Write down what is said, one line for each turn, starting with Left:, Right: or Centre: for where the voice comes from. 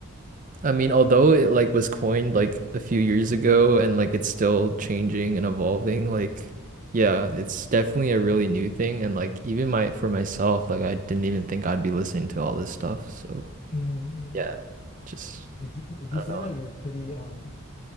Right: I mean, although it like was coined like a few years ago and like it's still changing and evolving, like yeah, it's definitely a really new thing and like even my for myself, like I didn't even think I'd be listening to all this stuff. So,
Left: mm
Right: Yeah, just
Left: Would you would
Right: I
Left: you
Right: don't
Left: say
Right: know.
Left: that you're pretty um